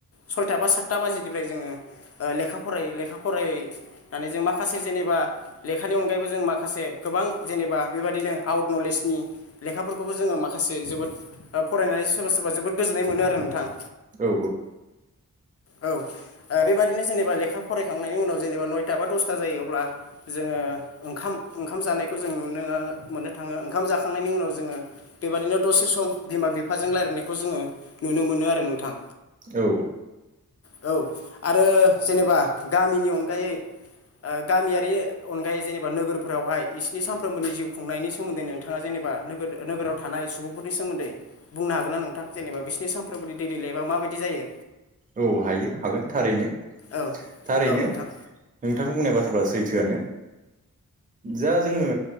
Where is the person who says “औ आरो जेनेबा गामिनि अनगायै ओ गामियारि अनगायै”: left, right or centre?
Left